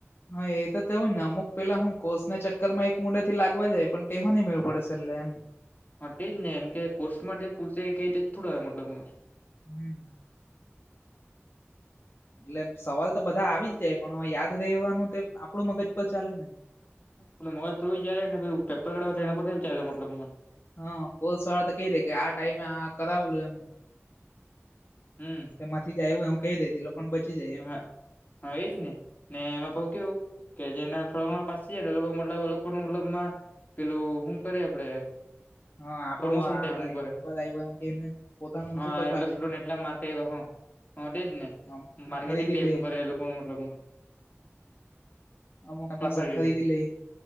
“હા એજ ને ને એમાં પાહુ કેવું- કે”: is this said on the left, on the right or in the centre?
Left